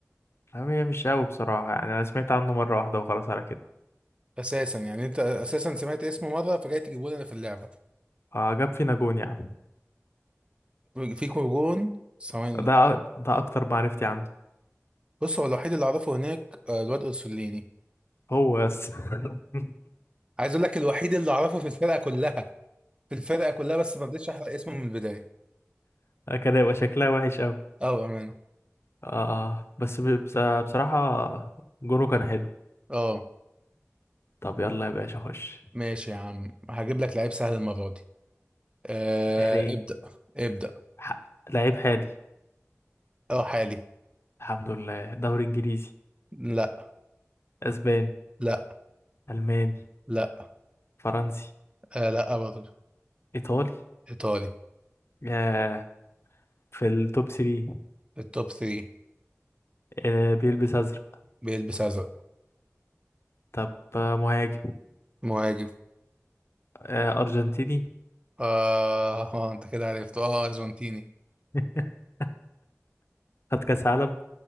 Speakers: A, on the left (about 55°); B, on the right (about 20°).
A: أما هي مش قوي بصراحه يعني انا سمعت عنه مره واحده وخلاص على كده
B: أساسا يعني أنت أساسا سمعت اسمه مرة فجاي تجيبه لنا في اللعبة
A: آه جاب فينا جون يا عم
B: فيكو جون ثواني
A: ده أ- ده اكتر معرفتي عنده
B: بص هو الوحيد اللي اعرفه هناك آه، الواد اورسوليني
A: هو بس <laughs>
B: عايز اقول لك الوحيد اللي اعرفه في الفرقه كلها في الفرقه كلها بس ما رضيتش احرق اسمه من البدايه
A: كان هيبقى شكلها وحش قوي
B: اه بامانه
A: آه بس ب- بس- بصراحه جونه كان حلو
B: اه
A: طب يلا يا باشا خش
B: ماشي يا عم هجيب لك لعيب سهل المره دي آه
A: يا ريت
B: ابدا ابدا
A: ح- لعيب حالي
B: اه حالي
A: الحمد لله دوري انجليزي
B: لا
A: اسباني
B: لا
A: الماني
B: لا
A: فرنسي
B: آه لا برضه
A: ايطالي
B: ايطالي
A: ياه في التوب 3
B: التوب 3
A: آه بيلبس ازرق
B: بيلبس ازرق
A: طب آه، مهاجم
B: مهاجم
A: آه، أرجنتيني
B: اه آه، انت كده عرفته اه ارجنتيني
A: <laughs> خد كاس عالم